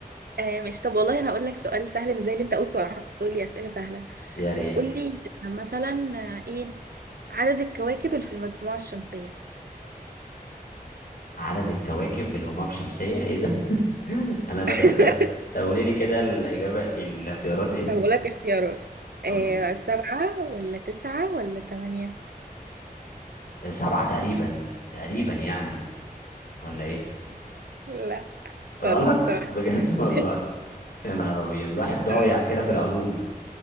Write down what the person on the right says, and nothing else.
آه مش طب والله انا اقول لك سؤال سهل مش زي اللي انت قلته وقعدت تقول لي اسئله سهله
قول لي مثلا آه، ايه عدد الكواكب اللي في المجموعه الشمسيه
<laughs>
طب أقول لك اختيارات آه
سبعة ولا تسعة ولا تمانية
لا
خلاص تمام
<laughs>
تمام